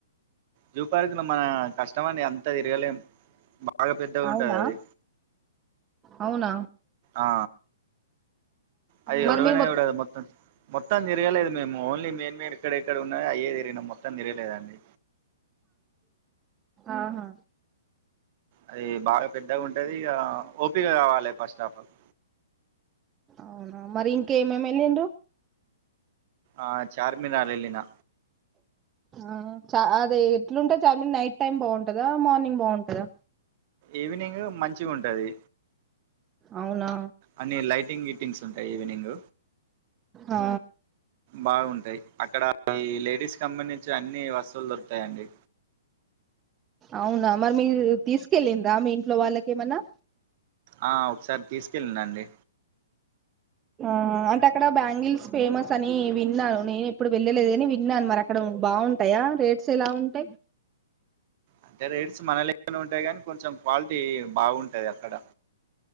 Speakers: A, on the right; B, on the right.
A: జూపార్క్ల మా కష్టమండి అంత తిరగలేం. బాగా పెద్దగ ఉంటది
B: అవునా
A: అది.
B: అవునా
A: ఆ అది
B: మరి
A: ఒడవనే
B: మీరు
A: ఒడవదు మొత్తం, మొత్తం తిరగలేదు మేము ఓన్లీ మెయిన్ మెయిన్ ఎక్కడ ఎక్కడ ఉన్నాయో అయ్యే తిరిగినం మొత్తం తిరగలేదండి.
B: ఆహా
A: అది బాగా పెద్దగా ఉంటది ఇగ ఓపీక కావాలె ఫస్ట్ ఆఫ్ ఆల్.
B: అవునా మరి ఇంకేమేమి ఎళ్ళిండ్రు.
A: ఆ చార్మినార్ ఎళ్ళినా.
B: ఆ చ అది ఎట్లుంటది చార్మినార్ నైట్ టైమ్ బావుంటదా, మార్నింగ్ బావుంటదా.
A: ఈవినింగ్ మంచిగ ఉంటది.
B: అవునా
A: అన్ని లైటింగ్ గీటింగ్స్ ఉంటయి ఈవినింగ్.
B: ఆ
A: బాగుంటయి అక్కడ ఈ లేడీస్కి సంబంధిం చి అన్ని వస్తువులు దొరుకుతయండి.
B: అవునా మరి మీరు తీసుకెళ్ళింర్రా మీ ఇంట్లో వాళ్ళకేమన్నా.
A: ఆ ఒకసారి తీసుకెళ్ళినా అండి.
B: ఆ అంటే అక్కడ బ్యాంగిల్స్ ఫేమస్ అని విన్నాను, నేను ఎప్పుడు వెళ్ళలేదు కాని విన్నాను మరి అక్కడ బావుంటయా? రేట్స్ ఎలా ఉంటయి?
A: అంటే రేట్స్ మన లెక్కనే ఉంటయి కానీ కొంచెం క్వాలిటీ బావుంటయి అక్కడ.